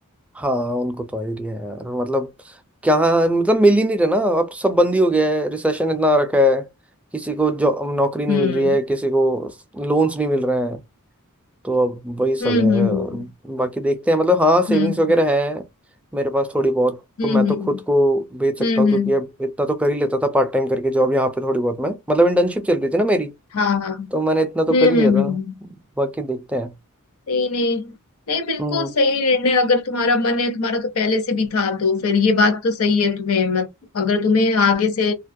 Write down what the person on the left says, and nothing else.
हम्म
हम्म
हम्म
हम्म
हम्म
हम्म
हम्म
हम्म,
हाँ हाँ
हम्म
हम्म
हम्म
नहीं नहीं नहीं बिल्कुल
सही निर्णय अगर तुम्हारा मन है तुम्हारा तो पहले से भी था तो फिर ये बात तो सही है तुम्हें मत अगर तुम्हें आगे से